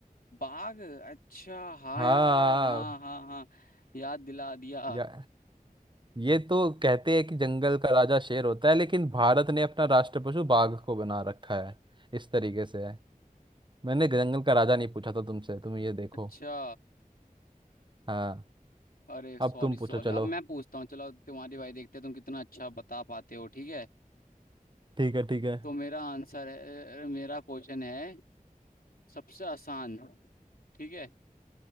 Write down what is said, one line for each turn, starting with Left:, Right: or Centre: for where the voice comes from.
Left: बाघ अच्छा हाँ
Right: हाँ
Left: यार हाँ हाँ हाँ याद दिला दिया
Right: या ये तो कहते हैं कि जंगल का राजा शेर होता है लेकिन भारत ने अपना राष्ट्र पशु बाघ को बना रखा है इस तरीके से है मैंने जंगल का राजा नहीं पूछा था तुमसे तुम ये देखो
Left: अच्छा
Right: हाँ
Left: अरे सॉरी
Right: अब तुम
Left: सॉरी
Right: पूछो चलो
Left: अब मैं पूछता हूँ चलो तुम्हारी भाई देखते हैं तुम कितना अच्छा बता पाते हो ठीक है
Right: ठीक है ठीक है
Left: तो मेरा आंसर है मेरा क्वेश्चन है सबसे आसान ठीक है